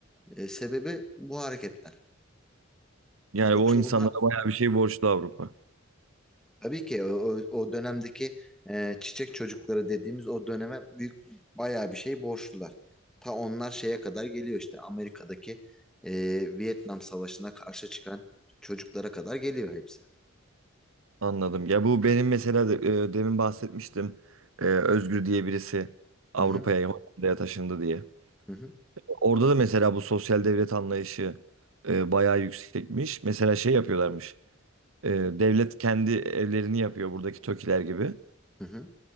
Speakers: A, in the centre; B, on the right (about 75°).
A: e, sebebi bu hareketler.
B: Yani
A: Yoksa
B: o insanlara
A: onlar
B: bayağı bir şey borçlu Avrupa.
A: tabii ki o, o- dönemdeki e, çiçek çocukları dediğimiz o döneme büyük bayağı bir şey borçlular. Ta onlar şeye kadar geliyor işte Amerika'daki e, Vietnam Savaşı'na karşı çıkan çocuklara kadar geliyor hepsi.
B: Anladım. Ya bu benim mesela de- e, demin bahsetmiştim. E, Özgür diye birisi Avrupa'ya,
A: Hı hı
B: Hollanda'ya taşındı diye.
A: hı hı.
B: Orada da mesela bu sosyal devlet anlayışı e, bayağı yüksekmiş. Mesela şey yapıyorlarmış. E, devlet kendi evlerini yapıyor buradaki TOKİ'ler gibi.
A: hı hı.